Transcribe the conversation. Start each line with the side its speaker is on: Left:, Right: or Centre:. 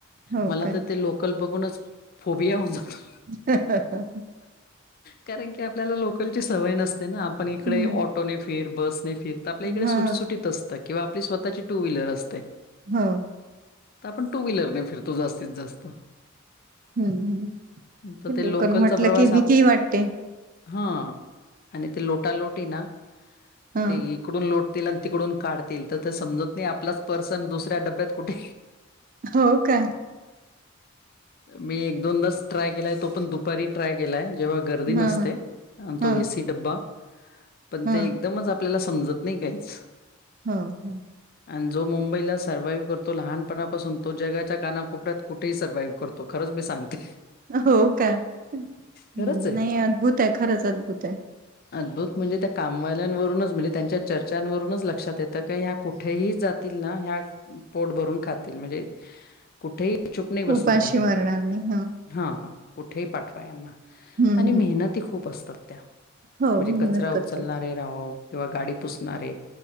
Right: हो
Left: मला
Right: काय
Left: तर ते लोकल बघूनच फोबिया होऊन जातो
Right: ह ह ह
Left: कारण की आपल्याला लोकलची सवय नसते ना आपण इकडे
Right: हम्म.
Left: ऑ ऑटोनेे फिर बसने फिर आपल्या इकडे
Right: हा
Left: सुटसुटीत असत किंवा आपली स्वतःची टूव्हीलर असते
Right: हो
Left: तर आपण टूव्हीलर ने फिरतो जास्तीत जास्त
Right: हम्म
Left: तर ते
Right: लोकल
Left: लोकलचा
Right: म्हटलं
Left: प्रवास
Right: की
Left: आप
Right: भीती ही वाटते
Left: हा आणि ते लोटालोटी ना
Right: ह
Left: ते तिकडून लोटतील आणि तिकडून काढतील तर ते समजत नाही आपलाच पर्सन दुसऱ्या डब्यात कुठे
Right: हो का
Left: मी एक दोनदाच ट्राय केलाय तो पण दुपारी ट्राय केलाय तेव्हा गर्दी नसते
Right: ह
Left: अन तो
Right: ह
Left: एसी डब्बा पण
Right: ह
Left: ते एकदमच आपल्याला समजत नाही काहीच
Right: हम् हो हो
Left: आणि जो मुंबईला सरव्हाइव करतो लहानपणापासून तो जगाच्या काना कोपऱ्यात कुठेही सर्वइव्ह करतो खरंच मी सांगते
Right: हो का
Left: खरंच
Right: नाही
Left: आहे
Right: अद्भुत आहे खरंच अद्भुत आहे
Left: अद्भुत म्हणजे त्या कामवाल्यांवरूनच म्हणजे त्यांच्या चर्चांवरूनच लक्षात येतं का ह्या कुठ कुठेही जातील ना ह्या पोट भरून खातील म्हणजे कुठेही चुप नाही बसणार
Right: उपाशी
Left: ह्या
Right: मरणार नाही ह
Left: हा कुठेही पाठवा यांना
Right: हम्म
Left: आणि मेहनत
Right: हम्म
Left: मेहनती खूप असत्यात
Right: हो
Left: म्हणजे
Right: मेहनत
Left: कचरा उचलणारे
Right: करतात
Left: किंव्हा गाडी पुसणारे